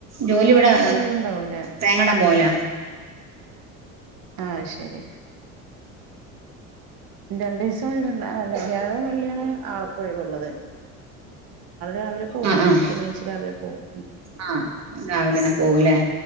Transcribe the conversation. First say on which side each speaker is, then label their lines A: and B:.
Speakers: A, on the right; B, on the right.
A: ജോലി
B: നാലീസം
A: ഇവിടെ
B: ഒഴിവുണ്ടാവൂലേ
A: തേങ്ങടാൻ പോല
B: ആഹ ശരി രണ്ട ദിവസം വഴി പി വ്യാഴം വള്ളിയ ആക്കഴുള്ളത് ാവിലെ പോവും
A: ആഹ് ആഹ്
B: ശനിയാഴ്ച രാവിലെ പോവും
A: ആഹ് രാവിലെന്നെ പോവൂല്ലേ